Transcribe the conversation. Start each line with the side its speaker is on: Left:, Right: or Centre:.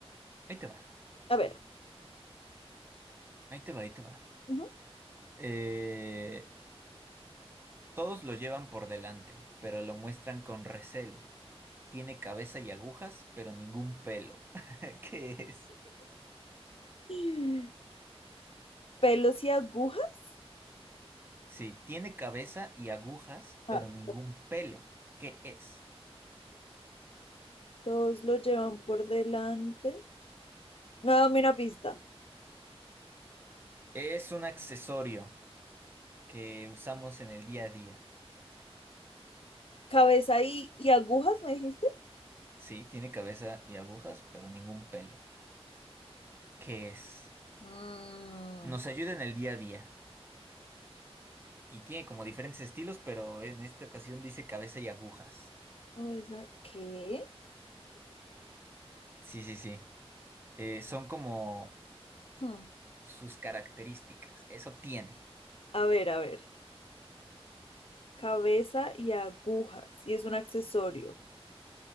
Right: Ahí te va.
Left: A ver.
Right: Ahí te va, ahí te va.
Left: Ujú.
Right: Eh, todos lo llevan por delante, pero lo muestran con recelo. Tiene cabeza y agujas, pero ningún pelo. <laughs> ¿Qué es?
Left: <laughs> Pelos y agujas.
Right: Sí, tiene cabeza y agujas, pero
Left: A ver.
Right: ningún pelo. ¿Qué es?
Left: Todos lo llevan por delante. No, dame una pista.
Right: Es un accesorio que usamos en el día a día.
Left: Cabeza y, y agujas, ¿me dijiste?
Right: Sí, tiene cabeza y agujas, pero ningún pelo. ¿Qué es?
Left: Mm,
Right: Nos ayuda en el día a día. Y tiene como diferentes estilos, pero en esta ocasión dice cabeza y agujas.
Left: Cabeza, ¿qué?
Right: Sí, sí, sí. Eh, son como
Left: hmm.
Right: sus características. Eso tiene.
Left: A ver, a ver. Cabeza y agujas. Y es un accesorio.